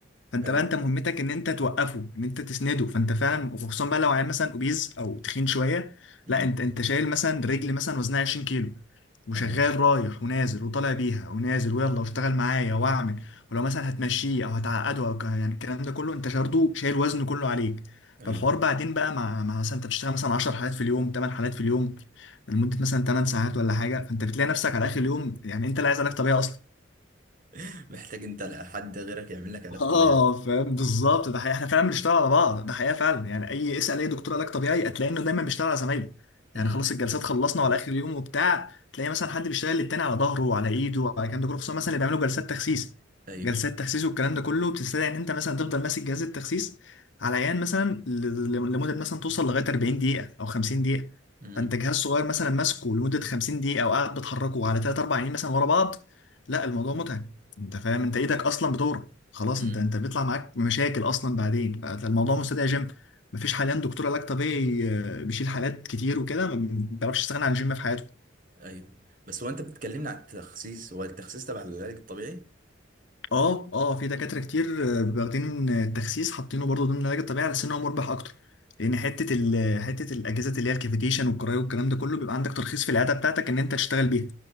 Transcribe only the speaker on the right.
ايوه
امم
اه
ايوه
<laughs> محتاج انت حد غيرك يعمل لك علاج
طبيعي
امم
ايوه
امم
امم
ايوه بس هو انت بتكلمني على التخسيس هو التخسيس تبع العلاج الطبيعي